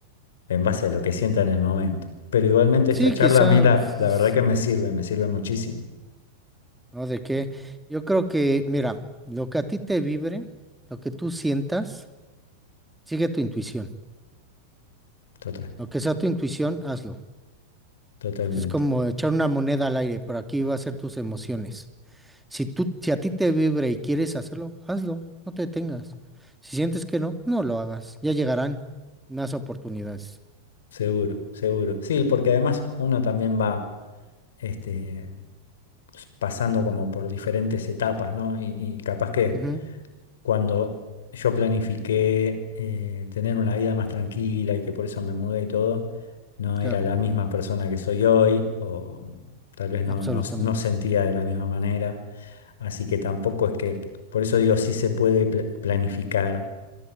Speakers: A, on the left; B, in the centre.
A: en base a lo que sienta en el momento. Pero igualmente esta
B: Sí,
A: charla
B: quizás,
A: a mí la, la verdad que me sirve, me sirve muchísimo.
B: ¿no? ¿De qué? Yo creo que, mira, lo que a ti te vibre, lo que tú sientas, sigue tu intuición.
A: Total,
B: Lo que sea tu intuición, hazlo.
A: totalmente.
B: Es como echar una moneda al aire, por aquí va a ser tus emociones. Si tú, si a ti te vibra y quieres hacerlo, hazlo, no te detengas. Si sientes que no, no lo hagas. Ya llegarán más oportunidades.
A: Seguro, seguro. Sí, porque además uno también va este, pues, pasando como por diferentes etapas, ¿no? Y, y capaz que
B: Ujú,
A: cuando yo planifiqué eh, tener una vida más tranquila y que por eso me mudé y todo, no
B: claro,
A: era la misma persona que soy hoy, o tal vez no,
B: absolutamente,
A: no, no sentía de la misma manera. Así que tampoco es que, por eso digo, sí se puede pla- planificar